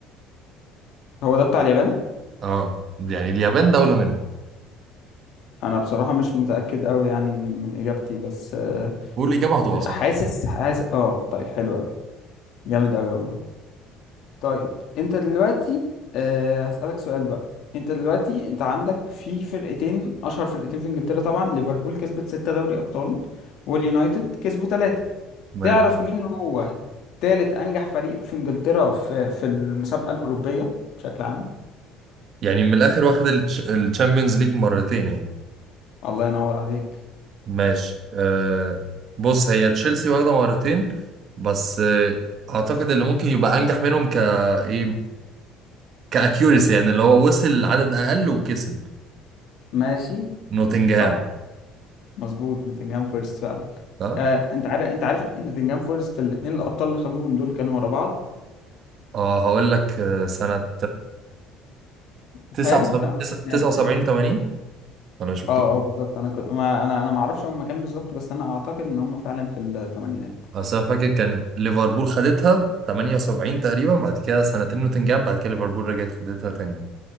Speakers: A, on the left; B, on the right.
A: هو ده بتاع اليابان
B: اه يعني اليابان دولة منهم
A: انا بصراحة مش متأكد قوي يعني من, من اجابتي بس آه،
B: قول إجابة هتبقى صح
A: حاسس حاسس اه طيب حلو قوي جامد قوي والله طيب انت دلوقتي أه هسألك سؤال بقى انت دلوقتي انت عندك في فرقتين اشهر فرقتين في انجلترا طبعا ليفربول كسبت ستة دوري ابطال واليونايتد كسبوا ثلاثة
B: ماشي
A: تعرف مين هو تالت انجح فريق في انجلترا في في المسابقة الأوروبية بشكل عام
B: يعني من الآخر واخد الشامبيونز ليج مرتين يعني
A: الله ينور عليك
B: ماشي آه بص هي تشيلسي واخدة مرتين بس آه أعتقد اللي ممكن يبقى أنجح منهم ك إيه كأكيوريسي يعني اللي هو وصل عدد أقل وكسب
A: ماشي
B: نوتنجهام
A: صح مظبوط نوتنجهام فورست فعلا
B: صح؟
A: آه، انت عارف انت عارف ان نوتنجهام فورست الاثنين الابطال اللي خدوهم دول كانوا ورا بعض
B: اه هقول لك آه، سنة
A: بيتهيألي
B: 79
A: في الثمانينات
B: 79
A: باين
B: 80 ولا مش مكتوب
A: اه اه بالظبط انا كنت ما انا انا ما اعرفش هم كام بالظبط بس انا اعتقد ان هم فعلا في الثمانينات
B: بس انا فاكر كانت ليفربول خدتها 78 تقريبا بعد كده سنتين نوتنجهام بعد كده ليفربول رجعت خدتها تاني